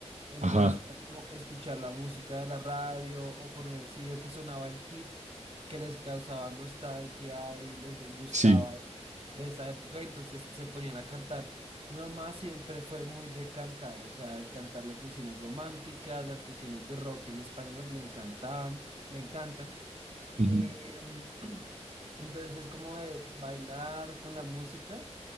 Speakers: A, on the right; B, on the right.
A: Entonces
B: Ajá,
A: era como escuchar la música de la radio o poner el CD que sonaba el hit que les causaba nostalgia y les gustaba
B: sí.
A: de esa época, entonces se ponían a cantar. Mi mamá siempre fue muy de cantar, o sea, de cantar las canciones románticas, las canciones de rock en español, le encantaban, le encantan. Y
B: Ujú.
A: em, <clears throat> entonces es como de bailar con la música.